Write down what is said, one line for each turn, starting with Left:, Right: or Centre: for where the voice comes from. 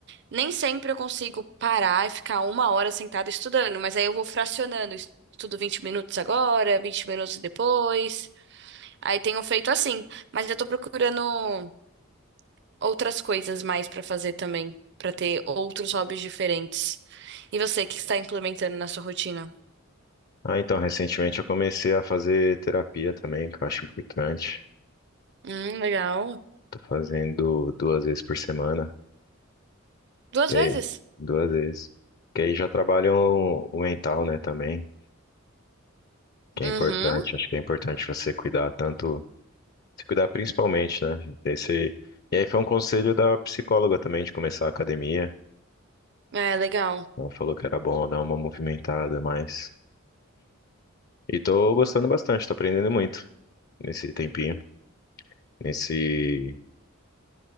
Right: Nem sempre eu consigo parar e ficar uma hora sentada estudando, mas aí eu vou fracionando. Estudo 20 minutos agora, 20 minutos depois. Aí tenho feito assim. Mas eu tô procurando. outras coisas mais pra fazer também, pra ter outros hobbies diferentes. E você, o que está implementando na sua rotina?
Left: Ah, então, recentemente eu comecei a fazer terapia também, que eu acho importante.
Right: Hum, legal.
Left: Tô fazendo duas vezes por semana,
Right: Duas
Left: que
Right: vezes?
Left: aí, duas vezes. Que aí já trabalham o o mental, né, também, que
Right: Uhum.
Left: é importante. Acho que é importante você cuidar tanto, se cuidar principalmente, né? Esse... E aí foi um conselho da psicóloga também de começar a academia.
Right: É, legal.
Left: Ela falou que era bom dar uma movimentada a mais. E tô gostando bastante, tô aprendendo muito nesse tempinho, nesse,